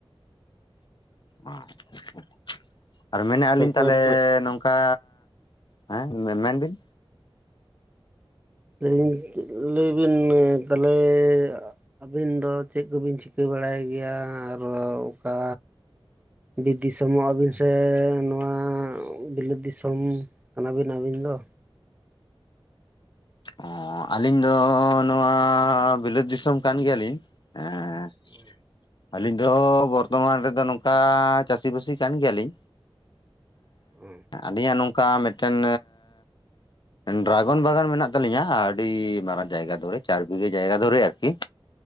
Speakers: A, on the left (about 50°); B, on the right (about 15°).
A: <inaudible> ᱟᱨ ᱢᱮᱱᱮᱫᱼᱟ
B: ᱛᱟᱯᱚᱨ
A: ᱞᱤᱧ ᱛᱟᱦᱚᱞᱮ ᱱᱚᱝ ᱚᱱᱠᱟ ᱦᱮᱸ ᱢᱮᱱᱵᱤᱱ
B: <inaudible> ᱞᱟᱹᱭᱵᱤᱱ ᱛᱟᱦᱚᱞᱮ ᱟᱜ ᱟᱹᱵᱤᱱ ᱫᱚ ᱪᱮᱫ ᱠᱚᱵᱤᱱ ᱪᱤᱠᱟᱹ ᱵᱟᱲᱟᱭ ᱜᱮᱭᱟ ᱟᱨᱚ ᱚᱠᱟ ᱵᱤᱨ ᱫᱤᱥᱚᱢᱚᱜ ᱟᱵᱤᱱ ᱥᱮ ᱱᱚᱣᱟ ᱵᱤᱞᱟᱹᱛ ᱫᱤᱥᱚᱢ ᱠᱟᱱᱟᱵᱤᱱ ᱟᱹᱵᱤᱱ ᱫᱚ?
A: ᱚ ᱟᱹᱞᱤᱧ ᱫᱚ ᱱᱚᱣᱟ ᱵᱤᱞᱟᱹᱛ ᱫᱤᱥᱚᱢ ᱠᱟᱱ ᱜᱮᱭᱟᱞᱤᱧ ᱦᱮᱸ
B: ᱦᱩᱸ <unintelligible>
A: ᱟᱹᱞᱤᱧ ᱫᱚ ᱵᱚᱨᱫᱷᱚᱢᱟᱱ ᱨᱮᱫᱚ ᱱᱚᱝᱠᱟ ᱪᱟᱹᱥᱤᱵᱟᱹᱥᱤ ᱠᱟᱱ ᱜᱮᱭᱟᱞᱤᱧ
B: ᱚ
A: ᱟᱹᱞᱤᱧᱟᱜ ᱱᱚᱝᱠᱟ ᱢᱤᱫᱴᱮᱱ ᱰᱨᱟᱜᱚᱱ ᱵᱟᱜᱟᱱ ᱢᱮᱱᱟᱜ ᱟᱞᱤᱧᱟ ᱟᱹᱰᱤ ᱢᱟᱨᱟᱝ ᱡᱟᱭᱜᱟ ᱫᱷᱚᱨᱮ ᱪᱟᱨ ᱵᱤᱜᱷᱟᱹ ᱡᱟᱭᱜᱟ ᱫᱷᱚᱨᱮ ᱟᱨᱠᱤ